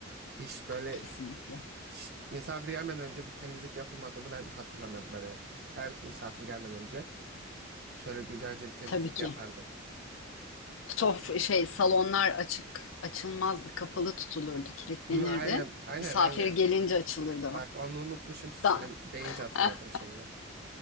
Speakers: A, on the right; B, on the left.
A: Hiç böyle
B: Kesinlikle.
A: Ş- Misafir gelmeden önce bir temizlik yapılmadığını ben hatırlamıyorum böyle. Her misafir gelmeden önce şöyle güzelce bir temizlik
B: Tabii ki.
A: yapardı.
B: sof şey salonlar açık açılmazdı, kapalı tutulurdu, kilitlenirdi.
A: Hı, aynen, aynen,
B: Misafir
A: aynen.
B: gelince açılırdı o.
A: Bak onu unutmuşum sen
B: Da
A: deyince hatırladım
B: <laughs>
A: şimdi.